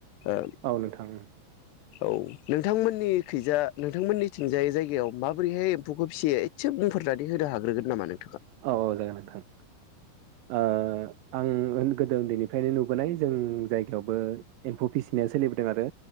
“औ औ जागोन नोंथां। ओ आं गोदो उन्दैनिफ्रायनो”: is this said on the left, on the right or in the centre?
Right